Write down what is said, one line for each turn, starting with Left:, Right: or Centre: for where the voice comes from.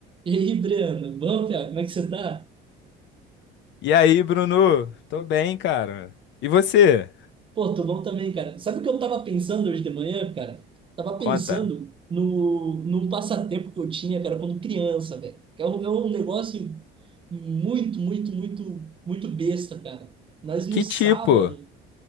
Right: E aí, Breno, bom, cara? Como é que você tá?
Left: E aí, Bruno? Tô bem, cara. E você?
Right: Pô, tô bom também, cara. Sabe o que eu tava pensando hoje de manhã, cara? Tava pensando
Left: Conta.
Right: no, no passatempo que eu tinha, cara, quando criança, velho. Que É um, é um negócio muito, muito, muito, muito besta, cara. Mas no
Left: Que
Right: sábado,
Left: tipo?